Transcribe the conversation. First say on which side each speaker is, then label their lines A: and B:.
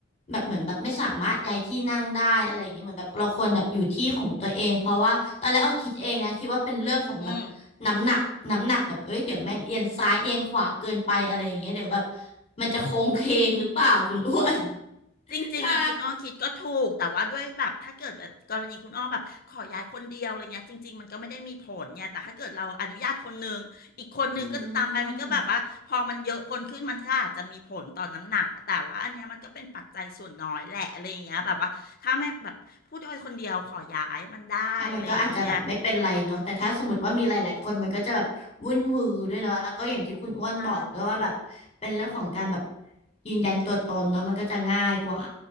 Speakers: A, on the left; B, on the left.
A: แบบเหมือนแบบไม่สามารถย้ายที่นั่งได้อะไรอย่างเงี้ยเหมือนแบบเราควรแบบอยู่ที่ของตัวเองเพราะว่าตอนแรกอ้อคิดเองนะคิดว่าเป็นเรื่องของแบบน้ำหนักน้ำหนักแบบเอ้ยเดี๋ยวแม่นเอียงซ้ายเอียงขวาเกินไปอะไรอย่างเงี้ยเดี๋ยวแบบ
B: อืม
A: มันจะโค้งเคงหรือเปล่าคุณ <laughs> อ้วน <laughs>
B: จริงๆอ่ะคุณอ้อคิดก็ถูกแต่ว่าด้วยแบบถ้าเกิดแบบกรณีคุณอ้อแบบขอย้ายคนเดียวอะไรเงี้ยจริงๆมันก็ไม่ได้มีผลเนี่ยแต่ถ้าเกิดเราอนุญาตคนหนึ่งอีกคนหนึ่งก็จะตามไปมันก็แบบว่าพอมันเยอะคนขึ้นมันก็อาจจะมีผลต่อน้ำหนักแต่ว่าอันเนี้ยมันก็เป็นปัจจัยส่วนน้อยแหละอะไรอย่างเงี้ยแบบว่าถ้าไม่แบบผู้โดยคนเดียวขอย้ายมันได้อะไรอย่างเงี้ย
A: ใช่อืม อ่ะมันก็อาจจะแบบไม่เป็นไรเนาะแต่ถ้าสมมติว่ามีหลายๆคนมันก็จะแบบวุ่นวือด้วยเนาะแล้วก็อย่างที่คุณอ้วนบอกด้วยว่าแบบเป็นเรื่องของการแบบ
B: ใช่
A: ยืนยันตัวตนเนาะมันก็จะง่ายกว่า